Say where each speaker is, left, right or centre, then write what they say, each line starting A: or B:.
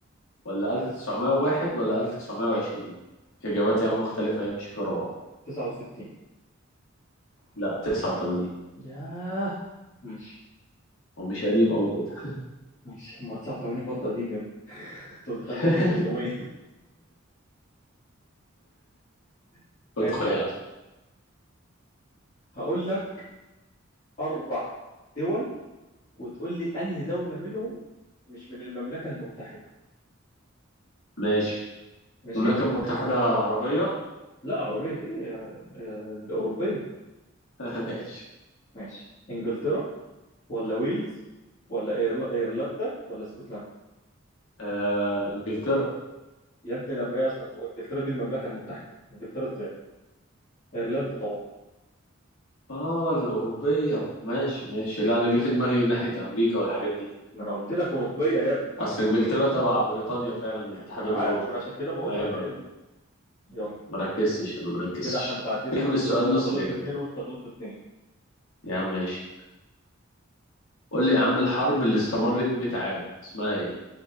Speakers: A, on the left; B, on the left.
A: ولا 1901 ولا 1920 إجابات يا عم مختلفة هي مش في بعض
B: 69
A: لا 89
B: ياه ماشي
A: هو مش قديم أوي كده
B: ماشي ما هو 89 برضه قديم يا ابني <laughs> انت دخلت
A: <laughs>
B: 1800 <laughs>
A: <applause> ادخل
B: ماشي يا
A: يا
B: عم
A: عم
B: هقول لك اربع دول وتقول لي انهي دولة منهم مش من المملكة المتحدة
A: ماشي
B: ماشي
A: المملكة المتحدة عربية
B: لا عربية ايه آه، آه، أوروبية
A: <laughs> <applause> ماشي
B: ماشي انجلترا ولا ويلز ولا إيرل- ايرلندا ولا اسكتلندا
A: آه، إنجلترا
B: يا ابني لما هي اصلا انجلترا دي المملكة المتحدة انجلترا ازاي ايرلندا طبعا
A: آه الأوروبية ماشي ماشي لا أنا جه في دماغي ناحية أمريكا والحاجات دي
B: ما انا قلت لك أوروبية يا ابني
A: أصل إنجلترا تبع بريطانيا فعلا الاتحاد
B: ما انا
A: الأوروبي
B: عارف ما انا عشان كده بقول
A: أيوه
B: لك ايه
A: أيوه
B: يلا
A: مركزتش أنا مركزتش
B: كده احنا متعادلين
A: فهم
B: لحد
A: السؤال
B: دلوقتي
A: نص
B: انا غلطت
A: الإجابة
B: اتنين وانت غلطت اتنين
A: يا عم ماشي قول لي يا عم الحرب اللي استمرت 100 عام اسمها ايه